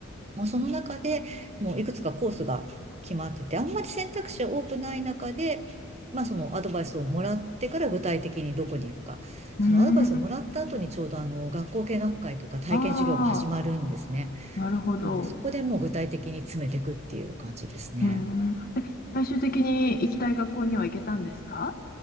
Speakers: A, on the right; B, on the left.
A: もうその中でもういくつかコースが決まってて、あんまり選択肢は多くない中で、まあそのアドバイスをもらってから具体的にどこに行くか。
B: うん。
A: そのアドバイスをもらった後にちょうどあの、
B: うーん。
A: 学校見学会とか体験授業が始まるんですね。
B: ああ、なるほど。
A: なので、そこでもう具体的に詰めていくっていう感じですね。
B: うーん。最終的に行きたい学校には行けたんですか